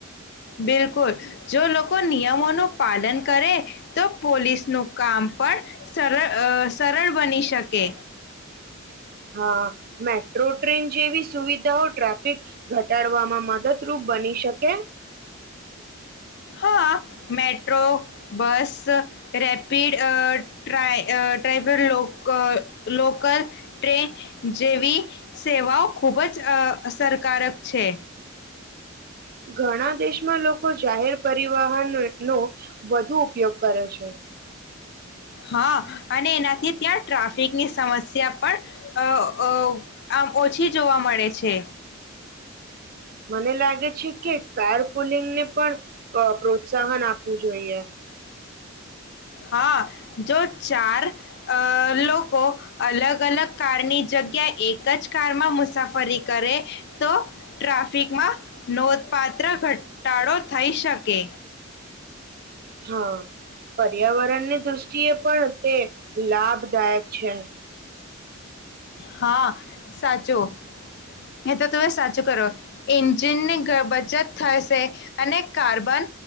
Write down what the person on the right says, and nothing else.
હા મેટ્રો ટ્રેન જેવી સુવિધાઓ ટ્રાફિક ઘટાડવામાં મદદરૂપ બની શકે
ઘણા દેશમાં લોકો જાહેર પરિવહન નો વધુ ઉપયોગ કરે છે
મને લાગે છે કે કાર કુલિંગને પણ પ્રોત્સાહન આપવું જોઈએ
હા પર્યાવરણની દૃષ્ટિએ પણ તે લાભદાયક છે